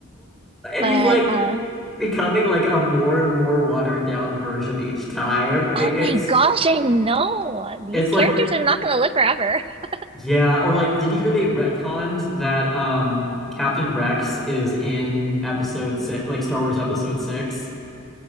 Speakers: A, in the centre; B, on the right.
A: And
B: But
A: he's like
B: uh,
A: becoming like a more and more watered down version each time. It-
B: oh my
A: it's
B: gosh, I know. These
A: it's
B: characters
A: like
B: are not gonna live forever. <laughs>
A: yeah, or like did you hear they retconned that um Captain Rex is in episode six, like Star Wars episode six?